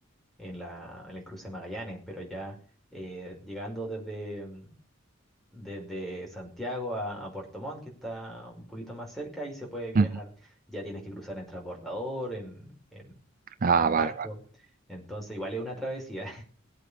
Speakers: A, in the centre; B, on the right.
A: en la, en el cruce de Magallanes, pero ya eh, llegando desde, desde Santiago a, a Puerto Montt, que está un poquito más cerca, y se puede viajar.
B: Ujú.
A: Ya tienes que cruzar en transbordador, en, en,
B: Ah,
A: en
B: vale,
A: barco.
B: vale.
A: Entonces, igual es una travesía.